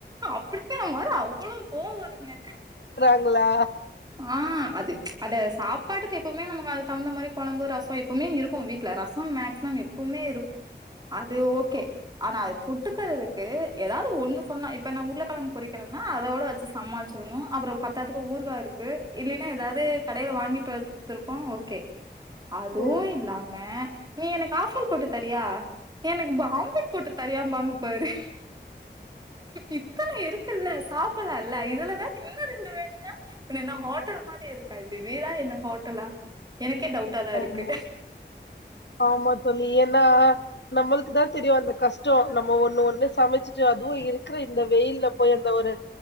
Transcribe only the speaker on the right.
அப்டிதே ஆனா அவ்ளோ கோவ வருங்க
ஆ அது அட சாப்பாட்டுக்கு எப்பமே நம்ம் அதுக்கு தகுந்த மாரி கொழம்பு ரச எப்பமே இருக்கு வீட் ல ரச மேக்சிமம் எப்பமே இருக்கு அது ஓகே ஆனா அது தொட்டுக்கிறதுக்கு எதாவது ஒண்ணு சொன்னா இப்ப நா உருள கிழங்கு பொறிக்கிறன்னா அதோட வச்சு சா சமாளிச்சிறணு அப்பறோ பத்தாதுக்கு ஊறுகா இருக்கு இல்லனா எதாது கடைல வாங்கிட்டு வந்திருப்போ ஓகே அதுவு
இல்லாம நீ எனக்கு ஆஃப் ஆய்ல் போட்டு தரியா நீ எனக்கு பாம்லேட் போட்டு தரியாம்பாங்க பாரு இத்தன இருக்குல்ல சாப்பட்லால இதுல வேற இன்னு ரெண்டு வேணுன்னா பின்ன என்ன ஹோட்டல் மாரி இருக்கா இது வீடா என்ன ஹோட்டல்லா எனக்கே டவுட்டா தா
இருக்கு